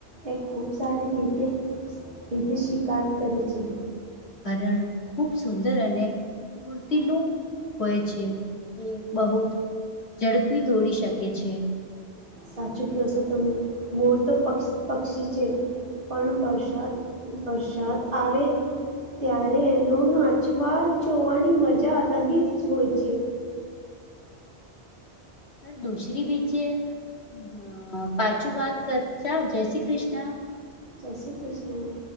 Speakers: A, on the right; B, on the left.
A: એ ખૂબ સારી રીતે સીધી શિકાર કરે છે.
B: હરણ ખૂબ સુંદર અને ફૂર્તિલું હોએ છે. એ બહુત ઝડપી દોડી શકે છે.
A: સાચું ક્યો સો તમે. મોર તો પક્ષ પક્ષી છે. પણ વરસાદ-વરસાદ આવે ત્યારે એનો નાચવા જોવાની મજા અલગ હી જ હોય છે.
B: <unintelligible> દૂસરી બી છે. અહ પાછું વાત કરતાં, જય શ્રી કૃષ્ણા.
A: જય શ્રી કૃષ્ણા.